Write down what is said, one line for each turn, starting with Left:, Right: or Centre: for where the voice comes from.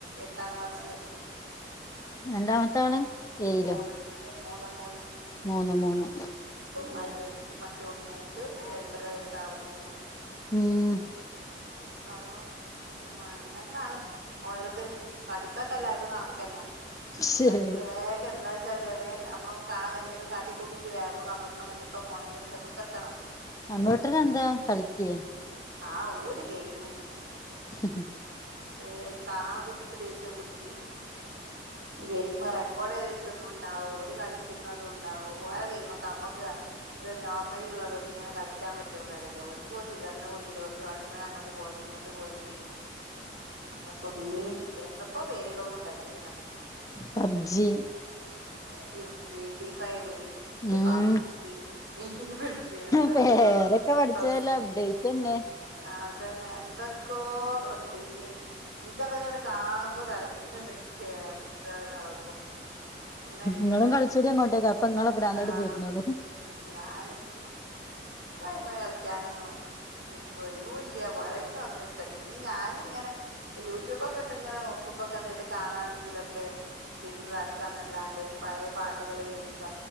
Right: ട്ടാ ക്ലാസിൽ
Left: രണ്ടാമത്താണ് ഏയിലൊ
Right: മൂന്ന് മൂന്ന് മൂന്ന്
Left: മൂന്ന് മൂന്ന്
Right: മറ്റോർ മറ്റു മോക്ക് രണ്ടര വയസ്സ ആവുന്നേ ഉള്ളൂ
Left: ഉം
Right: അപ്പൊ ഉ അങ്ങനെയൊക്കാണ് ഓരത് പഠിത്തൊക്കെ എല്ലാർതും കണക്ക ന്നെ
Left: ശരി
Right: എല്ലർക്കും വേഗം എന്താ പക്ഷെമേ നമ്മള കാണാൻ എന്തെിലും കാട്ട കൂട്ടിട്ട് വേ കമ്പ്യൂറിന്റെ മുന്നക്കെ ഫോണിന്റെ ടുത്തൊക്കെ എത്തണം
Left: നമ്മ വീട്ടന് എന്താ കളിക്ക്
Right: ആ ര് ഗെയിമ
Left: ഉ
Right: എ അ കാണുമ്പോ ഇനിക്ക് ദേഷ്യം പിടിക്കൂ ഗെയിം റെക്കോർഡ് ദേച്ച തുകൊണ്ടാ ഒരു കളിക്ക ക്കുന്നതും ഇണ്ടാവും ഓരോ ഗെയിമ ഒക്കെ നമ്മുക്ക് അത് നോർമലി ഉള്ളത ഇങ്ങനെ കളിക്കാൻ പറ്റുമോന്നല്ലോർക്ക് കുറച്ച് കണ് കുടിച്ചിട്ട് കുറച്ച് വണ്ടിമേ അങ്ങോട്ട് പോ ഇങ്ങോട്ട് പോരലി അന്നൊക്കെ മിറി എന്തൊക്കോ പേരുകളും ഉണ്ടല്ലോ ഇതിനനൊക്കെ
Left: പബ്ജി
Right: ജ ജി ട്ടി ഫൈവ്
Left: ഉം
Right: ബ് എന്തൊക്ക
Left: പേരൊക്കെ പഠിച്ചതല്ലേ
Right: പ
Left: അപ്ഡേറ്റ് തന്നെ
Right: അതന്നെ എന്തൊക്കോ ഉ നിനക്ക് അതങ്ങാണ് കാണുമ്പോ തിലക്കാണ് കേ എന്താ കളക്കും പിന്നെ എങ്ങനെ
Left: നിങ്ങളും കളിച്ചൂടി അങ്ങോട്ടേക്ക് അപ്പൊ നിങ്ങളെ ഭ്രാന്താട്
Right: ആ
Left: തീർന്നോളും
Right: ഉ ഞാന് ക കള ഉ ദൊയവൂ ഇല്ല പോല ഇന്ന പിന്ന ഞാന ഇങ്ങനെ യൂട്യൂബൊ ഒക്കെ ഇട്ട് ഇനെ നോക്കുമ്പോ എന്തേിലും കാണാണെങ്കില ഒക്കെ ഇരുന്നതാക്കുക എന്നല്ലാണ്ട് പഴയ പാട്ടുകള് കേക്ക